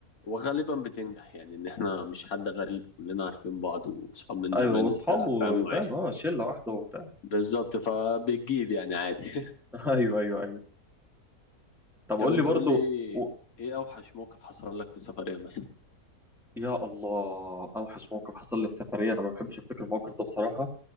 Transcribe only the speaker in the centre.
ايوه واصحابه
فاهم اه شلة واحدة وبتاع
<laughs> ايوه ايوه ايوه طب قول
لي برضه
و...
يا الله اوحش موقف حصل لي في سفرية انا ما بحبش افتكر الموقف ده بصراحة